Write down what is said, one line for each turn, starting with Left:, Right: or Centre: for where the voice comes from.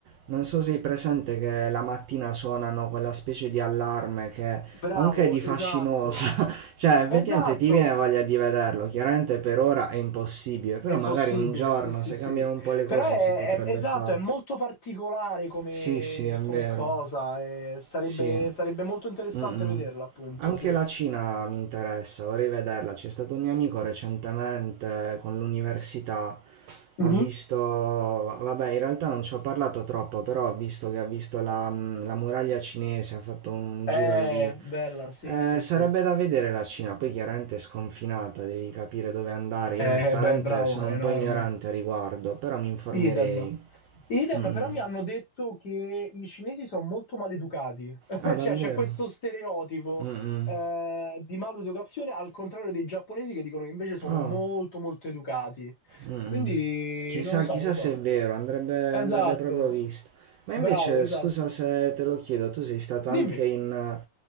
Right: Non so se hai presente che la mattina suonano quella specie di allarme che
Left: Bravo,
Right: anche è di
Left: esatto.
Right: fascinosa, <laughs> cioè effettivamente
Left: Esatto,
Right: ti viene voglia di vederlo, chiaramente per ora è impossibile, però
Left: È impossibile,
Right: magari un giorno
Left: sì, sì,
Right: se
Left: sì.
Right: cambiano un po' le
Left: Però
Right: cose
Left: è,
Right: si potrebbe
Left: è- esatto,
Right: fare.
Left: è molto particolare come,
Right: Sì, sì, è
Left: come
Right: vero.
Left: cosa. e sarebbe,
Right: Sì.
Left: sarebbe molto interessante
Right: Mm-mm.
Left: vederla, appunto,
Right: Anche
Left: sì.
Right: la Cina mi interessa, vorrei vederla. C'è stato un mio amico recentemente con l'università,
Left: Mhm.
Right: ha visto, vabbè, in realtà non ci ho parlato troppo, però ho visto che ha visto la, mm, la muraglia cinese, ha fatto un
Left: È
Right: giro lì.
Left: bella, sì,
Right: Eh,
Left: sì, sì.
Right: sarebbe da vedere la Cina, poi chiaramente è sconfinata, devi capire dove andare. Io
Left: Eh,
Right: onestamente
Left: beh, bravo,
Right: sono
Left: è
Right: un
Left: enorme.
Right: po' ignorante a riguardo, però mi informerei.
Left: Idem. Idem,
Right: Mm-mm.
Left: però mi hanno detto che i cinesi sono molto maleducati, <laughs>
Right: Ah, davvero?
Left: cioè c'è questo stereotipo
Right: Mm-mm.
Left: eh, di maleducazione al contrario dei giapponesi che dicono che invece sono
Right: Ah.
Left: molto molto educati.
Right: Mm.
Left: Quindi
Right: Chissà,
Left: non lo so,
Right: chissà
Left: non lo so.
Right: se è vero, andrebbe,
Left: Esatto,
Right: andrebbe proprio visto. Ma
Left: bravo,
Right: invece,
Left: esatto.
Right: scusa se te lo chiedo, tu sei stato anche
Left: Dimmi.
Right: in eh,